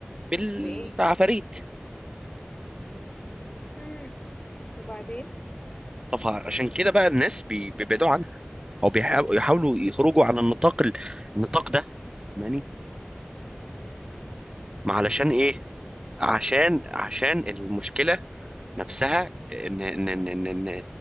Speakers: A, on the right (about 20°); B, on the left (about 25°).
A: بالعفاريت
B: بايه امم وبعدين
A: طب عشان كده بقى الناس بي- بيبعدوا عنها او بيحاولوا يحاولوا يخرجوا عن النطاق ال- النطاق ده ماني
B: امم
A: ما علشان ايه؟ عشان عشان المشكله نفسها ان ان ان ان ان ان